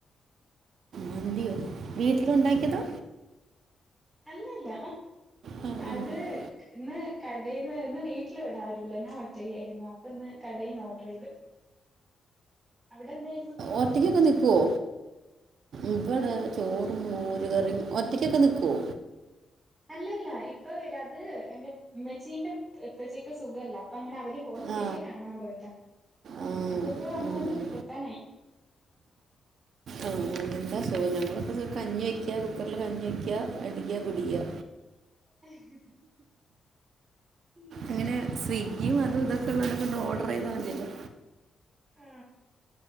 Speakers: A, on the right (about 70°); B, on the right (about 15°).
A: മന്തിയോ വീട്ടിലേണ്ടാക്കിയതാ
B: അല്ലല്ല
A: ആ, ആ,
B: അത് ഇന്ന് കടേന്ന് ഇന്ന് വീട്ടിൽ ഇവിടാരുല്ല ഞാൻ ഒറ്റക്കായിരുന്നു ഇന്ന് കടേന്ന് ഓഡറെയ്ത് അവിടെന്തേ
A: ഒറ്റക്കൊക്കെ നിക്കുവോ ഇവിടെ
B: ഏഹ്
A: ചോറും മോരുകറിയും ഒറ്റയ്ക്കൊക്കെ നിക്കുവോ
B: അല്ലല്ല ഇപ്പ വരും അത്ന്റെ മ്മച്ചീന്റെ പ്പച്ചിക്ക് സുഖല്ല അപ്പൊ അങ്ങനെ അവര് ഹോ സ്പിറ്റലിൽ
A: ആ
B: കാണാൻ പോയതാ
A: ആ, ഉം,
B: അപ്പ ഇപ്പ വന്നൊണ്ട്ക്ക്ണ്ട്
A: ഉം.
B: എത്താനായി
A: ആഹ് എന്താ സോ ഞങ്ങളിപ്പോ കഞ്ഞി വെക്കാ കുക്കറില് കഞ്ഞി വെക്കാ അടിക്കാ കുടിക്കാ
B: <inaudible> ഉം
A: എങ്ങനെ സ്വിഗ്ഗിയും അത് ഇതൊക്കെ ക്കെ ഉള്ളോണ്ട് ഓഡറെയ്താ മതിയല്ലോ
B: ആ